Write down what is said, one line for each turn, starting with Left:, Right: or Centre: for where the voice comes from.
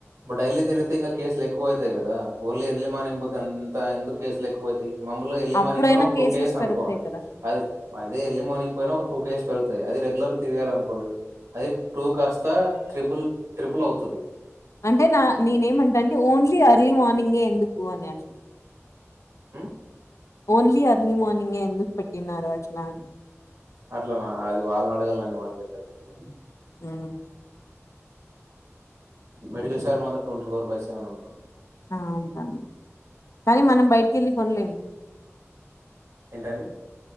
Right: బట్ డైలీ తిరిగితే ఇంగా కేస్లు ఎక్కువ్ అయితై కదా ఓన్లీ ఎర్లీ మార్నింగ్ పొతే అన్ తా ఎందుక్ కేసులు ఎక్కువ్ అయితై మమ్ముల్లే ఎర్లీ
Left: అప్పుడైనా
Right: మార్నింగ్ పోయిన ఒక
Left: కేసెస్
Right: టూ కేస్ అనుకోండి
Left: పెరుగుతాయి కదా
Right: అది అదే ఎర్లీ మార్నింగ్ పోయినా ఒక టూ కేస్ పెరుగ్తై అది రెగ్యులర్గ్ తిరిగారు అనుకోండి అది టూ కాస్త త్రిబుల్ త్రిపుల్ అవుతది
Left: అంటే నా నీన్ ఏమంట అంటే ఓన్లీ అర్లీ మార్నింగే ఎందుకు అని అట్ల్
Right: ఆ
Left: ఓన్లీ అర్ర్లీ మార్నింగే ఎందుక్ పెట్టినారు అట్ల అని
Right: అట్లనా అది వాళ్న్ అడగల్లా అండి మనకు ఏమ్ తెలుస్తుందండి
Left: ఊ
Right: మెడికల్ స్టార్ మాత్రం టొన్టీ ఫోర్ బై సెవెన్ ఉంటుంది
Left: ఆ ఉంటాను కనీ మనం బైటికి ఎళ్ళి కొన్లేము
Right: ఏంటండి